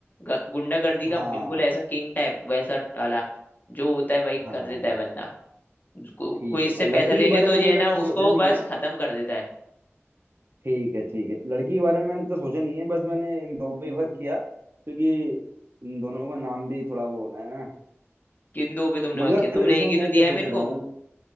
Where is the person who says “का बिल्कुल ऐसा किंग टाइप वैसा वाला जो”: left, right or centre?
Left